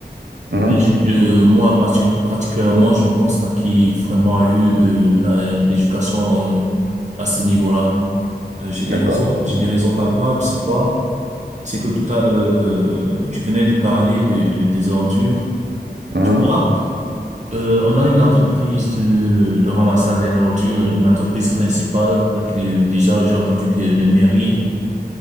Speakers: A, on the right; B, on the right.
A: Mhm.
B: Mais je- euh, moi parti- particulièrement, je ne pense pas qu'il y ait vraiment eu euh, la- l'éducation euh, à ce niveau-là. Euh, j'ai
A: D'accord.
B: des raisons, j'ai des raisons palpables. C'est quoi? C'est que tout à, euh, euh, tu venais de parler de, de- des ordures,
A: Mhm.
B: tu vois? Euh, on a une entreprise de, de ramassage des ordures, une entreprise principale. Je crois que déjà, j'ai entendu que les mairies